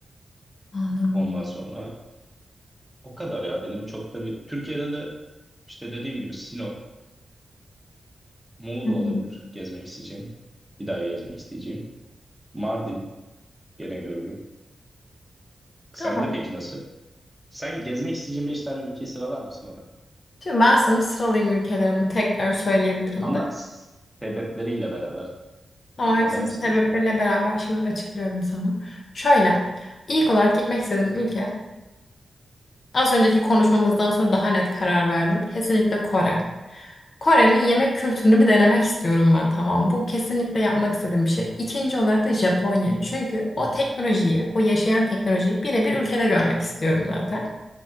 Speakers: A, on the left; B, in the centre.
A: Anladım.
B: Ondan sonra o kadar ya benim çok da bir... Türkiye'de de işte dediğim gibi Sinop, Muğla
A: Hı
B: olabilir
A: hı.
B: gezmek isteyeceğim. Bir daha gezmek isteyeceğim. Mardin gene görürüm. Sen
A: Tamam.
B: de peki nasıl? Sen gezmek isteyeceğin 5 tane ülkeyi sıralar mısın bana?
A: Şimdi ben sana sıralayayım ülkelerimi tekrar söyleyebilirim
B: Ama
A: de.
B: s- sebepleriyle beraber.
A: Ama
B: Yani neden
A: hepsinin sebepleriyle
B: istiyorsun?
A: beraber şimdi açıklıyorum sana. Şöyle, ilk olarak gitmek istediğim ülke, az önceki konuşmamızdan sonra daha net karar verdim. Kesinlikle Kore. Kore'nin yemek kültürünü bir denemek istiyorum ben tamam. Bu kesinlikle yapmak istediğim bir şey. İkinci olarak da Japonya. Çünkü o teknolojiyi, o yaşayan teknolojiyi birebir ülkede görmek istiyorum zaten.